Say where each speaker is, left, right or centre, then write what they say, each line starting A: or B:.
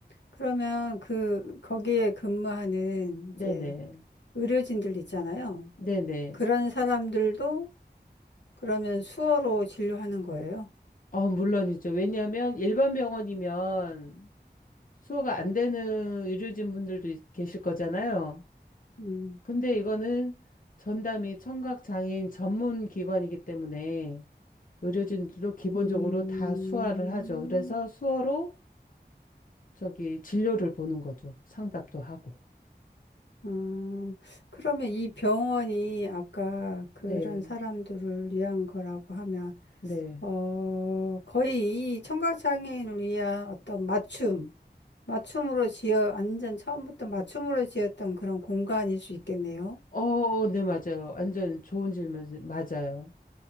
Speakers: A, on the left; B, on the left.
A: 그러면 그, 거기에 근무하는 이제
B: 네네.
A: 의료진들 있잖아요.
B: 네네.
A: 그런 사람들도 그러면 수어로 진료하는 거예요.
B: 어, 물론이죠. 왜냐하면 일반 병원이면 수호가 안 되는 의료진 분들도 있- 계실 거잖아요.
A: 음,
B: 근데 이거는 전담이 청각장애인 전문 기관이기 때문에 의료진들도 기본적으로
A: 음.
B: 다 수화를 하죠. 그래서 수어로 저기 진료를 보는 거죠. 상담도 하고.
A: 음, 그러면 이 병원이 아까 그런
B: 네,
A: 사람들을 위한 거라고 하면,
B: 네.
A: 어, 거의 이 청각장애인을 위한 어떤 맞춤, 맞춤으로 지어, 완전 처음부터 맞춤으로 지었던 그런 공간일 수 있겠네요.
B: 어, 어, 네, 맞아요. 완전 좋은 질문, 맞아요.